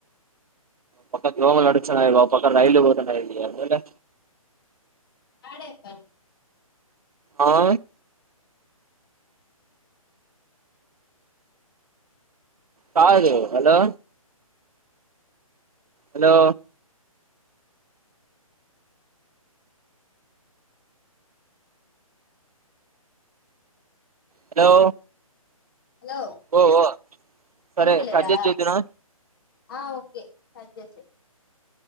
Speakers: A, on the right; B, on the left.
A: పక్క గోమలు నడుచనయి ఒక పక్క రైలు పోతున్నాయి అ
B: ఆడేప్ప
A: ఆ కాదు హలో హలో హలో
B: హలో
A: ఓఓ సరే
B: వినిపిలేదా
A: కడ్జేసి చేద్దున
B: ఆ ఓకే కట్ చేసేయి